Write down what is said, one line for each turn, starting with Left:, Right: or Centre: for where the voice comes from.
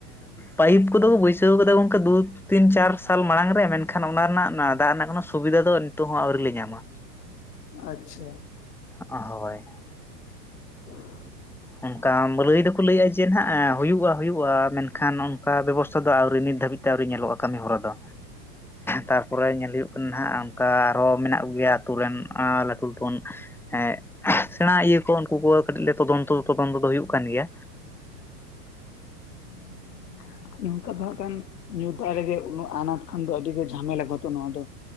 Centre: ᱯᱟᱭᱤᱯ ᱠᱚᱫᱚ ᱠᱚ ᱵᱟᱹᱭᱥᱟᱹᱣ ᱠᱟᱫᱟ ᱜᱚᱝᱠᱮ ᱫᱩ, ᱛᱤᱱ ᱪᱟᱨ ᱥᱟᱞ ᱢᱟᱲᱟᱝ ᱨᱮ ᱢᱮᱱᱠᱷᱟᱱ ᱚᱱᱟ ᱨᱮᱱᱟᱜ ᱫᱟᱜ ᱨᱮᱱᱟᱜ ᱠᱚᱱᱳ ᱥᱩᱵᱤᱫᱷᱟ ᱫᱚ ᱱᱤᱛᱚᱜ ᱦᱚᱸ ᱟᱹᱣᱨᱤ ᱞᱮ ᱧᱟᱢᱟ᱾
Left: ᱟᱪᱪᱷᱟ᱾
Centre: ᱦᱳᱭ᱾
Left: ᱚ <unintelligible> <inaudible>
Centre: ᱚᱱᱠᱟ ᱞᱟᱹᱭ ᱫᱚᱠᱚ ᱞᱟᱹᱭᱼᱟ ᱡᱮ ᱱᱟᱦᱟᱜ ᱦᱩᱭᱩᱜᱼᱟ ᱦᱩᱭᱩᱜᱼᱟ ᱢᱮᱱᱠᱷᱟᱱ ᱚᱱᱠᱟ ᱵᱮᱵᱚᱥᱛᱛᱟ ᱫᱚ ᱟᱹᱣᱨᱤ ᱱᱤᱛ ᱫᱷᱟᱹᱵᱤᱡ ᱟᱹᱣᱨᱤ ᱧᱮᱞᱚᱜᱼᱟ ᱠᱟᱹᱢᱤ ᱦᱚᱨᱟ ᱫᱚ᱾ ᱛᱟᱨᱯᱚᱨᱮ ᱧᱮᱞ ᱦᱩᱭᱩᱜᱼᱟ ᱠᱟᱱᱟ ᱦᱟᱸᱜ ᱚᱱᱠᱟ ᱟᱨᱦᱚᱸ ᱢᱮᱱᱟᱜ ᱠᱚᱜᱮᱭᱟ ᱟᱹᱛᱩ ᱨᱮᱱ ᱞᱟᱹᱴᱩ ᱞᱟᱹᱴᱩ, ᱦᱮᱸ ᱥᱮᱬᱟ ᱤᱭᱟᱹ ᱠᱚ ᱩᱱᱠᱩ ᱠᱚ ᱠᱟᱹᱴᱤᱡ ᱞᱮ ᱛᱚᱫᱚᱱᱛᱚ ᱫᱚ ᱛᱚᱫᱚᱱᱛᱚ ᱫᱚ ᱦᱩᱭᱩᱜ ᱠᱟᱱ ᱜᱮᱭᱟ᱾
Left: ᱦᱮᱸ <unintelligible> <inaudible> ᱱᱚᱝᱠᱟ ᱫᱚ ᱦᱟᱜ ᱠᱷᱟᱱ ᱧᱩ ᱫᱟᱜ ᱨᱮᱜᱮ ᱟᱱᱟᱴ ᱠᱷᱟᱱ ᱫᱚ ᱟᱹᱰᱤ ᱜᱮ ᱡᱷᱟᱢᱮᱞᱟ ᱛᱚ ᱱᱚᱣᱟ ᱫᱚ᱾